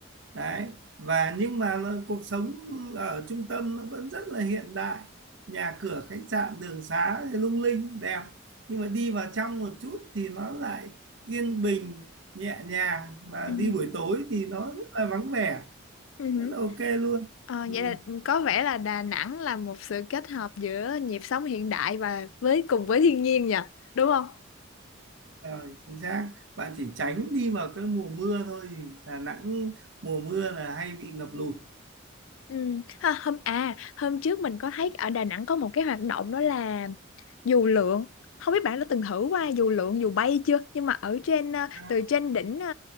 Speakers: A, on the right; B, on the left.
A: đấy và nhưng mà nó- cuộc sống ở trung tâm nó vẫn rất là hiện đại nhà cửa khách sạn đường xá thì lung linh đẹp nhưng mà đi vào trong một chút thì nó lại yên bình nhẹ nhàng và
B: Ừ.
A: đi buổi tối thì nó rất là vắng vẻ
B: Ừ. hứ.
A: rất là ok luôn
B: Ờ,
A: ừ,
B: vậy là có vẻ là Đà Nẵng là một sự kết hợp giữa nhịp sống hiện đại và với cùng với thiên nhiên nhỉ? Đúng không?
A: rồi chính xác bạn chỉ tránh đi vào cái mùa mưa thôi thì Đà Nẵng mùa mưa là hay bị ngập lụt
B: Ừ. Ha, hôm à hôm trước mình có thấy ở Đà Nẵng có một cái hoạt động đó là dù lượn không biết bạn đã từng thử qua dù lượn dù bay chưa nhưng mà ở trên ờ,
A: À,
B: từ trên đỉnh ờ,